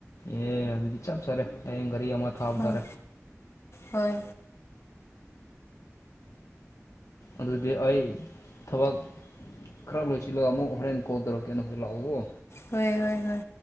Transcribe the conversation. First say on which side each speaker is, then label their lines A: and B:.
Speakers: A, on the left; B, on the left.
A: ꯑꯦ ꯑꯗꯨꯗꯤ ꯆꯞ ꯆꯥꯔꯦ ꯍꯌꯦꯡ ꯒꯥꯔꯤ ꯑꯃ ꯊꯥꯕ
B: ꯍꯣꯏ
A: ꯇꯥꯔꯦ
B: ꯍꯣꯏ
A: ꯑꯗꯨꯗꯤ ꯑꯩ ꯊꯕꯛ ꯈꯔ ꯂꯣꯏꯁꯤꯜꯂꯒ ꯑꯃꯨꯛ ꯍꯣꯔꯦꯟ ꯀꯣꯜ ꯇꯧꯔꯛꯀꯦ ꯅꯈꯣꯏ ꯂꯥꯛꯎꯀꯣ
B: ꯍꯣꯏ ꯍꯣꯏ ꯍꯣꯏ